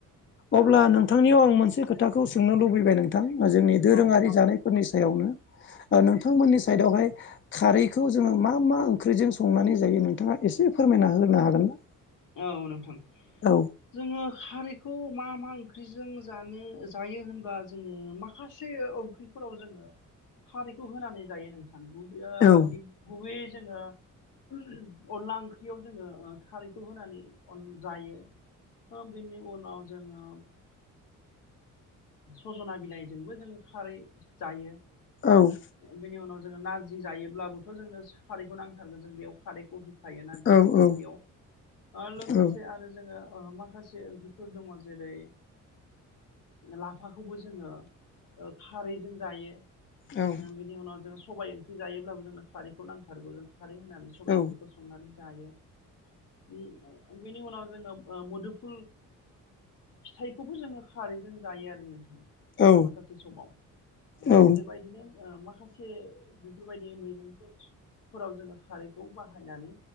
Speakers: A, on the left; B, on the left.
A: अब्ला
B: नंगौ
A: नोंथांनियाव आं मोनसे खोथाखौ सोंनो लुबैबाय नोंथां जोंनि दोरोङारि
B: औ नोंथां
A: जानायफोरनि सायावनो नोंथांमोननि साइडआवहाय खारैखौ जोङो मा मा ओंख्रिजों संनानै जायो नोंथाङा एसे फोरमायना होनो हागोन ना
B: औ नोंथां
A: औ
B: जोङो खारैखौ मा मा ओंख्रिजों जानो जायो होनबा जोङो माखासे ओंख्रिफोराव जोङो खारैखौ होनानै जायो नोंथां बे
A: औ
B: अनला ओंख्रियाव जोङो खारै बेखौ होनानै अन जायो <unintelligible> बेनि उनाव जोङो सजना बिलाइजोंबो जोङो खारै जायो
A: औ
B: बेनि उनाव जोङो नारजि जायोब्लाबोथ' जोंनो खारैखौ नांथारगोन जों बेयाव खारैखौ होखायो नारजि
A: औ
B: ओंख्रियाव लोगोसे
A: औ
B: आरो जों माखासे ओंख्रिफोर दङ जेरै लाफा खौबो जोङो खारैजों जायो
A: औ
B: बिनि उनाव जों सबाइ ओंख्रि जायोब्लाबो जोंनो खारैखौ नांथारगौ जों खारै होनानै सबाइ
A: औ
B: ओंख्रिखौ संनानै जायो बेनि उनाव जोङो मोदुमफुल फिथाइखौबो जोङो खारैजों जायो आरो नोंथां
A: औ
B: माखासे समाव
A: औ
B: बेबायदिनो माखासे एसे बेफोरबायदि मैगंफोरफोराव जोङो खारैखौ बाहायनानै